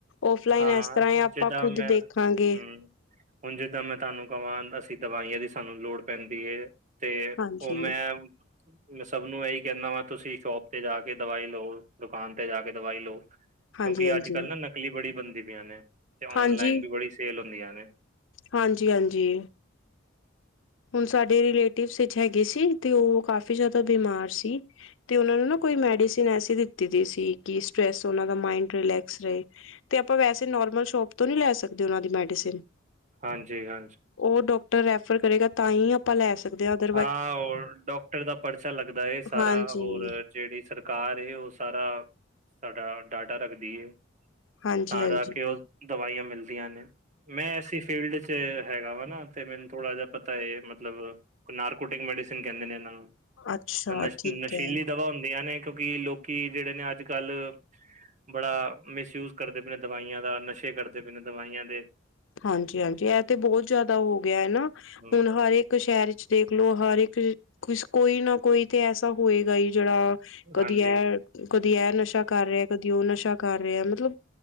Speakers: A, on the left; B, on the right.
A: ਔਫਲਾਈਨ
B: ਹਾਂ
A: ਇਸ ਤਰ੍ਹਾਂ ਆਪਾਂ
B: ਜਿੱਦਾਂ
A: ਖੁੱਦ
B: ਮੈਂ
A: ਦੇਖਾਂਗੇ।
B: ਹੂੰ ਹੁਣ ਜਿੱਦਾਂ ਮੈਂ ਤੁਹਾਨੂੰ ਕਹਾਂ, ਅਸੀਂ ਦਵਾਈਆਂ ਦੀ ਸਾਨੂੰ ਲੋੜ ਪੈਂਦੀ ਹੈ। ਤੇ
A: ਹਾਂਜੀ
B: ਉਹ ਮੈਂ। ਮੈਂ ਸਭ ਨੂੰ ਇਹੀ ਕਹਿੰਦਾ ਵਾ, ਤੁਸੀਂ ਸ਼ੋਪ ਤੇ ਜਾ ਕੇ ਦਵਾਈ ਲਓ, ਦੁਕਾਨ ਤੇ ਜਾ ਕੇ ਦਵਾਈ ਲਓ।
A: ਹਾਂਜੀ
B: ਕਿਉਂਕਿ
A: ਹਾਂਜੀ
B: ਅੱਜ-ਕੱਲ੍ ਨਾ ਨਕਲੀ ਬੜੀ ਬਣਦੀ ਪਈਆਂ ਨੇ, ਤੇ
A: ਹਾਂਜੀ
B: ਔਨਲਾਈਨ ਵੀ ਬੜੀ ਸੇਲ ਹੁੰਦੀਆਂ ਨੇ।
A: ਹਾਂਜੀ-ਹਾਂਜੀ। ਹੁਣ ਸਾਡੇ ਰਲੇਟਿਵਸ ਵਿੱਚ ਹੈਗੇ ਸੀ, ਤੇ ਉਹ ਕਾਫੀ ਜ਼ਿਆਦਾ ਬਿਮਾਰ ਸੀ। ਤੇ ਉਹਨਾਂ ਨੂੰ ਨਾ ਕੋਈ ਮੈਡੀਸਨ ਐਸੀ ਦਿੱਤੀ ਦੀ ਸੀ, ਕਿ ਸਟਰੈਸ ਉਹਨਾਂ ਦਾ ਮਾਇੰਡ ਰਿਲੈਕਸ ਰਹੇ। ਤੇ ਆਪਾਂ ਵੈਸੇ ਨੋਰਮਲ ਸ਼ੋਪ ਤੋਂ ਨਹੀਂ ਲੈ ਸਕਦੇ, ਉਹਨਾਂ ਦੀ ਮੈਡੀਸਿਨ।
B: ਹਾਂਜੀ-ਹਾਂਜੀ।
A: ਉਹ ਡਾਕਟਰ ਰੈਫਰ ਕਰੇਗਾ, ਤਾਂ ਹੀ ਆਪਾਂ ਲੈ ਸਕਦੇ ਹਾਂ, ਤੇ।
B: ਹਾਂ, ਹੋਰ, ਡਾਕਟਰ ਦਾ ਪਰਚਾ ਲੱਗਦਾ ਸਾਰਾ
A: ਹਾਂਜੀ,
B: ਹੋਰ। ਜਿਹੜੀ ਸਰਕਾਰ ਏ, ਉਹ ਸਾਰਾ ਸਾਡਾ ਡਾਟਾ ਰੱਖਦੀ ਏ।
A: ਹਾਂਜੀ-ਹਾਂਜੀ
B: ਤਾਂ ਜਾ ਕੇ ਉਹ ਦਵਾਈਆਂ ਮਿਲਦੀਆਂ ਨੇ। ਮੈਂ ਐਸੀ ਫੀਲਡ ਚ' ਹੈਗਾ ਵਾ ਨਾ, ਤੇ ਮੈਨੂੰ ਥੋੜ੍ਹਾ ਜਿਹਾ ਪਤਾ ਹੈ ਮਤਲਬ। ਨਾਰਕੋਟਿਕ ਮੈਡੀਸਨ ਕਹਿੰਦੇ ਨੇ ਇਹਨਾਂ ਨੂੰ,
A: ਅੱਛਾ
B: ਨਸ਼
A: ਠੀਕ
B: ਨਸ਼ੀਲੀ
A: ਹੈ।
B: ਦਵਾ ਹੁੰਦੀਆਂ ਨੇ ਕਿਉਂਕਿ ਲੋਕ। ਕਿ ਜਿਹੜੇ ਨੇ ਅੱਜ-ਕੱਲ੍ਹ। ਬੜਾ ਮਿਸਯੂਜ ਕਰਦੇ ਪਿ ਨੇ ਦਵਾਈਆਂ ਦਾ, ਨਸ਼ੇ ਕਰਦੇ ਪੇ ਨੇ ਦਵਾਈਆਂ ਦੇ।
A: ਹਾਂਜੀ-ਹਾਂਜੀ ਇਹ ਤੇ ਬਹੁਤ ਜ਼ਿਆਦਾ ਹੋ ਗਿਆ ਹੈ ਨਾ,
B: ਹੂੰ
A: ਹੁਣ ਹਰ ਇੱਕ ਕ ਸ਼ੈਅਰ ਚ ਦੇਖ ਲੋ ਹਰ ਏਕ ਕੁਛ ਕੋਈ ਨਾ ਕੋਈ ਤੇ ਐਸਾ ਹੋਏਗਾ ਹੀ- ਜੇਰਾ ਕਦੀ
B: ਹਾਂਜੀ
A: ਏ-ਕਦੀ ਏ ਨਸ਼ਾ ਕਰ ਰੇਆ, ਕਦੀ ਔ ਨਸ਼ਾ ਕਰ ਰੇਆ ਮਤਲਬ